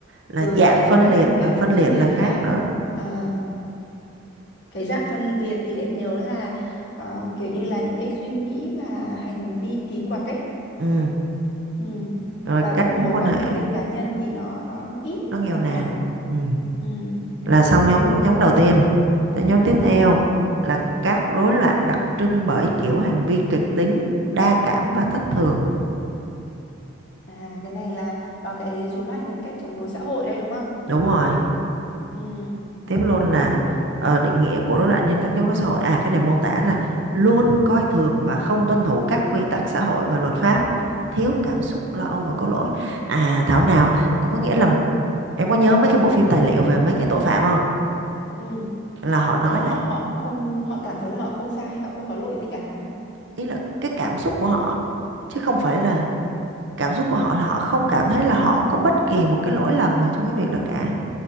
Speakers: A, on the right; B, on the left.
A: Là
B: ừ
A: dạng
B: cái
A: phân
B: rối loạn
A: liệt
B: nhân cách
A: và phân liệt
B: phân liệt
A: là
B: khác
A: khác nữa.
B: Ờ, cái dạng phân liệt thì em nhớ là ờ, kiểu như là những cái suy nghĩ và hành vi kỳ quặc ấy
A: Ừ.
B: ừ.
A: Rồi
B: và
A: các
B: các mối
A: mối quan
B: quan
A: hệ
B: hệ liên cá nhân thì nó nó ít
A: nó
B: nó
A: nghèo
B: nghèo
A: nàn.
B: nàn
A: Ừ.
B: ừ. thế
A: Là
B: là đúng
A: xong
B: rồi
A: nhóm
B: đấy
A: nhóm đầu tiên. Tới nhóm
B: ừ.
A: tiếp theo là các rối loạn đặc trưng bởi kiểu hành vi kịch tính, đa cảm và thất thường.
B: à cái này là có cái rối loạn nhân cách chống đối xã hội đây đúng không
A: Đúng rồi.
B: ừ.
A: tiếp luôn là
B: Đó.
A: ờ, định nghĩa của rối loạn nhân cách chống đối xã hội à cái này mô tả là luôn coi thường và không tuân thủ các quy tắc xã hội và luật pháp thiếu cảm xúc lo âu và có lỗi à thảo nào có nghĩa là em có nhớ mấy cái bộ phim tài liệu về mấy cái tội phạm không
B: ừ.
A: là họ nói
B: tức là
A: là
B: họ họ không họ cảm thấy là họ không sai họ không có lỗi gì cả à?
A: ý là cái cảm xúc của họ chứ không phải là cảm xúc của họ là họ không cảm thấy là họ có bất kỳ một cái lỗi lầm nào trong cái việc đó cả